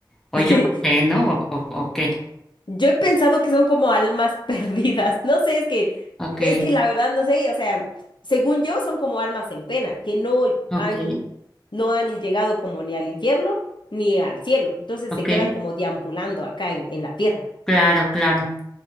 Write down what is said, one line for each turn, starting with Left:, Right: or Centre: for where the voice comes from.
Centre: o
Left: <laughs>
Centre: yo no sé, ¿no? ¿O, o, o qué?
Left: Yo he pensado que son como almas <laughs> perdidas. No sé, es que,
Centre: Ok,
Left: es que la verdad no sé, o sea, según yo son como almas en pena, que no
Centre: ok,
Left: han, no han llegado como ni al infierno ni al cielo. Entonces
Centre: ok.
Left: se quedan como deambulando acá en, en la tierra.
Centre: Claro, claro.